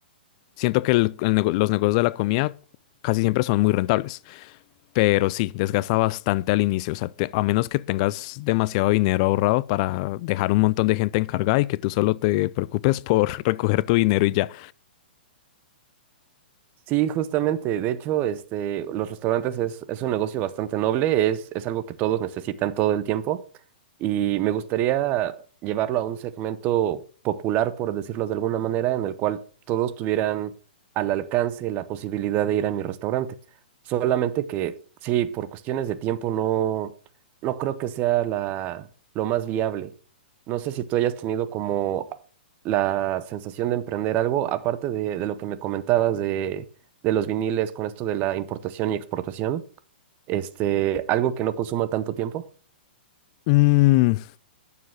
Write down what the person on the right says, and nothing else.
Sí, justamente. De hecho, este, los restaurantes es, es un negocio bastante noble, es, es algo que todos necesitan todo el tiempo y me gustaría llevarlo a un segmento popular, por decirlo de alguna manera, en el cual todos tuvieran al alcance la posibilidad de ir a mi restaurante. Solamente que, sí, por cuestiones de tiempo no, no creo que sea la, lo más viable. No sé si tú hayas tenido como la sensación de emprender algo, aparte de, de lo que me comentabas de, de los viniles con esto de la importación y exportación, este, algo que no consuma tanto tiempo.